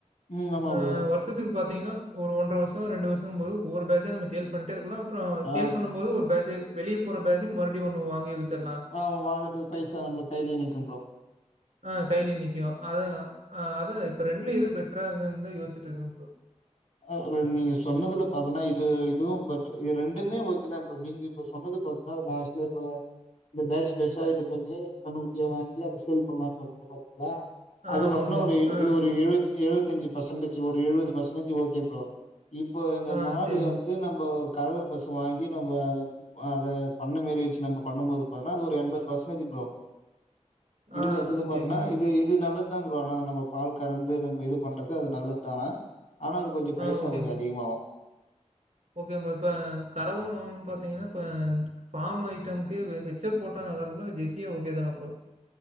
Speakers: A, on the left; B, on the right.
A: ம் ஆமா
B: ஆ
A: ப்ரோ
B: வருஷ் த்துக்கு பாத்திங்கனா ஒரு ஒன்ற வருஷோ ரெண்டு வருஷன்னு போது ஒரு பேட்ச் ஆ நம்ம சேல் பண்ணிட்டே இருக்கலா அப்புறோ
A: ஆ
B: சேல் பண்ணும் போது ஒரு பேட்ச் வெளியே போற பேட்ச் மறுபடி ஒன்னு வாங்கி வச்சிட்லா
A: ஆமா வாங்கறதுக்கு பைசா நம்மளுக்கு கையிலே நிக்கும் ப்ரோ
B: ஆ கையிலியே நிக்கோ அதுதா ஆ அது இப்ப ரெண்டுல எது பெட்ரா இருக்குன்னு தா யோசிச்சிட்டு இருக்க ப்ரோ
A: ஆ நீங்க சொன்னதுல பாத்தன்னா இது இதுவும் பெட்டர் இது ரெண்டுமே ஓகே தா ப்ரோ நீங்க இப்ப சொன்னது பாத் ஆ லாஸ்ட் ஃளோர் ப்ரோ இந்த பேட்ச் பேட்சா இது பண்ணி கண்ணுக்குட்டியா வாங்கி அத சேல் பண்ணலாம்னு சொன்னீங்க பாத்தீங்களா
B: ஆ
A: அது
B: ஆமா
A: பாத்தன்னா
B: ப்ரோ.
A: ஒரு
B: ஆ,
A: ஒரு எழுவத்தி எழுபத்தி அஞ்சு பர்சன்டேஜ் ஒரு எழுவது பர்சன்டேஜ் ஓகே ப்ரோ இப்போ இந்த
B: ஆ
A: மாடு
B: சரிங்
A: இது நம்போ ஒரு கறவை பசு வாங்கி நம்ம அத அத பண்ண மாரி வச்சு நம்ம பண்ணும்போது பான்னா அது ஒரு எண்பது பர்சன்டேஜ் ப்ரோ இதுக்கு
B: ஆ
A: அதுக்கு
B: ஓகே,
A: பாத்தன்னா
B: ஓகேங்க ப்ரோ.
A: இது இ து நல்லதுதா ப்ரோ ஆனா நம்ம பால் கறந்து நம்ம இது பண்றது அது நல்லது தான ஆனா அது கொஞ்ச பைசா
B: ஆ ஓகேங்க
A: கொஞ்ச
B: ப்ரோ.
A: அதிகமாவு
B: ஓகே ப்ரோ இப்ப கறவ வாங்குன்னனு பாத்தீங்கன்னா இப்ப பார்ம் ஐட்டம்க்கு ஹெச்ச போட்டா நல்லா இருக்குமா இல்ல ஜெஸியா ஓகே தானே ப்ரோ